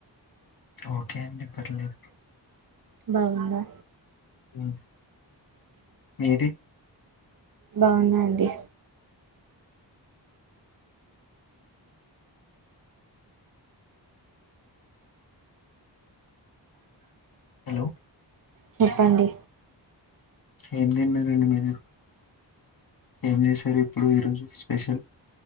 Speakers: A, on the left; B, on the right.
A: ఓకే అండి పర్లేదు
B: బాగుందా
A: ఉమ్ మీది
B: బాగుందండి
A: లో
B: చెప్పండి
A: ఏం దిన్నరండి మీరు ఏం జేశారు ఇప్పుడు ఈరోజు స్పెషల్